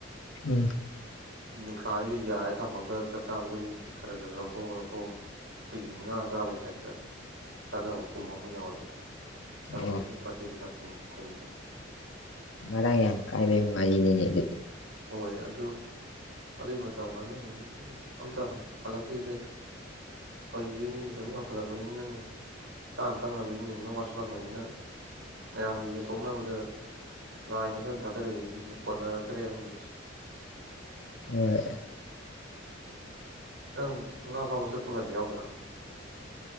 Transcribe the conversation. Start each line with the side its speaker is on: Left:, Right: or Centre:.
Left: ꯎꯝ
Right: ꯅꯨꯡꯁꯥꯁꯤꯗ ꯌꯥꯏꯔ ꯊꯝꯃꯒ ꯆꯥꯛ ꯆꯥꯕ ꯈꯨꯗꯤꯡꯒꯤ ꯈꯔ ꯈꯔ ꯂꯧꯊꯣꯛ ꯂꯧꯊꯣꯡ ꯑꯩꯈꯣꯏꯒꯤ ꯉꯥ ꯆꯥꯕꯩ ꯇꯥꯏꯞꯇ ꯆꯥꯅꯕ ꯀꯨꯝ ꯑꯃ ꯌꯥꯎꯋꯦꯕ ꯊꯔꯣꯏꯁꯤꯅ
Left: ꯑꯣ
Right: ꯕꯥꯇꯤꯟ ꯕꯥꯇꯤꯟ ꯈꯨꯨꯟꯕ
Left: ꯃꯔꯥꯡ ꯌꯥꯝ ꯀꯥꯏꯕꯩ ꯋꯥꯔꯤꯅꯤꯅꯦ ꯑꯗꯨꯗꯤ
Right: ꯍꯣꯏ ꯑꯗꯨ ꯑꯗꯨꯒꯤ ꯃꯇꯝꯒꯗꯣ ꯍꯧꯖꯤꯛꯇꯤ ꯑꯝꯇ ꯍꯜꯂꯛꯈꯤꯗ꯭ꯔꯦꯗ ꯍꯧꯖꯤꯛꯇꯤ ꯃꯤꯅ ꯁꯨꯝ ꯌꯥꯝꯈꯠꯂꯛꯄꯅꯤꯅꯅꯦ ꯆꯥꯅ ꯊꯛꯅꯕꯁꯤꯅ ꯍꯦꯟꯅ ꯁꯨꯝ ꯋꯥꯠꯁꯤꯜꯂꯛꯄꯅꯤꯅ ꯃꯌꯥꯝꯒꯤ ꯌꯦꯟꯊꯣꯛꯅꯕꯗ ꯂꯥꯏꯅ ꯈꯔ ꯊꯥꯗꯔꯛꯏꯕꯗꯨꯁꯨ ꯀꯣꯟꯅꯔꯛꯇ꯭ꯔꯦꯕ ꯍꯧꯖꯤꯛꯁꯦ
Left: ꯍꯣꯏ
Right: ꯅꯪ ꯉꯥ ꯐꯥꯕ ꯆꯠꯄꯀꯥꯟꯗꯤ ꯌꯥꯎꯗ꯭ꯔꯥ